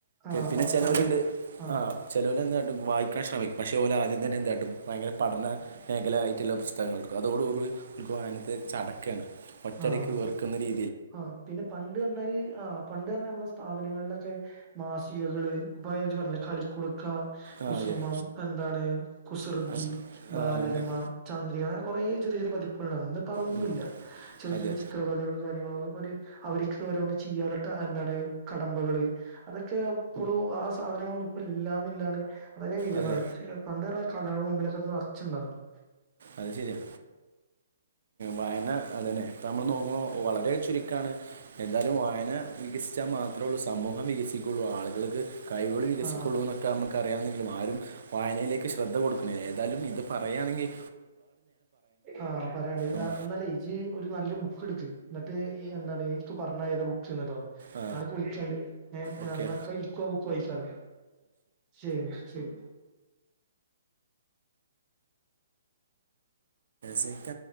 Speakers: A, on the right (about 20°); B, on the right (about 65°).
A: ആഹ്
B: പിന്നെ
A: പ
B: ചെലോല്ണ്ട്
A: പണ്ട് ആഹ്
B: ആ ചെലാേല് എന്താ വായിക്കാൻ ശ്രമിക്കും പക്ഷേ ഓലാദ്യം തന്നെ എന്ത് കാട്ടും ഭയങ്കര പഠന മേഖല ആയിട്ട്ള്ള പുസ്തങ്ങള്ട്ക്കും അതോട് നമുക്ക് വായനത്തെ ചടക്കാണ് ഒറ്റടിക്ക്
A: ആഹ്
B: വെർക്ക്ന്ന രീ
A: ആ പിന്നെ പണ്ട്ർഞ്ഞാല് ആ പണ്ട് ർഞ്ഞാ ഞമ്മളെ സ്ഥാപനങ്ങളിലൊക്കെ മാസികകള് ഇപ്പ ഇജ്ജ് പറഞ്ഞ്ലെ കളികുട് ക്ക
B: ആ
A: കുസുമം
B: അതെ
A: എന്താണ് കുസൃതി
B: അത്
A: ബാലരമ
B: ആ, അങ്ങ-
A: ചന്ദ്രിക അങ്ങനൊ കൊറേ ചെറ്യെ ചെറ്യെ പതിപ്പുകൾണ്ട് അതിന്റെപ്പടൊന്നുല്ല
B: ഉം,
A: ചെറ്യെ
B: അതെ
A: ചെറ്യെ ചിത്രകഥകള കാര്യ അവര്ക്ക് ഓരോന്ന് ചെയ്യാന്ട്ട അ എന്താണ് കടമ്പകള് അതൊക്കെ ഇപ്പളും ആ സാധനങ്ങളൊന്നും ഇപ്പ ഇല്ലാന്ന്ല്ലാണ് വളരെ വിരങ്ങളാണ്
B: അതെ
A: പണ്ട്ർഞ്ഞ കടകൾടെ മുമ്പിലൊക്കെ അത് നർച്ച്ണ്ടായിരുന്നു
B: അത് ശരിയാ വായന അതന്നെ നമ്മൾ നോക്കുമ്പോൾ വളരെ ചുരുക്കാണ് എന്തായാലും വായന വികസിച്ചാൽ മാത്രേ ഉള്ളൂ സമൂഹം വികസിക്കു പുള്ളൂ ആളുകൾക്ക് കൈിവൾ വികസിക്കുള്ളൂ
A: ആ
B: എന്നൊക്കെ നമുക്ക് അറിയാവുന്നെങ്കിലുംവായനലേക് ശ്രദ്ധ കൊടുക്കുന്നില്ലരുന്നു എന്തായാലും ഇത് പറയാണങ്കിൽ
A: ആഹ പറയണ്ട്ത്
B: ഉം,
A: എന്നാലേ ഇജ്ജ് ഒരു നല്ല ബുക്ക് എടുക്ക് എന്നിട്ട് എന്താണ് ഇ പറഞ്ഞ ഏത ട്ടോ
B: ആ
A: ഞാനൊക്കെ വിളിചാണ്ട്
B: ഓക്കെ
A: നന്നൊക്കെ ഇക്ക ബുക്ക് വായിക്കാലോ ശരി ശരി
B: സക്ക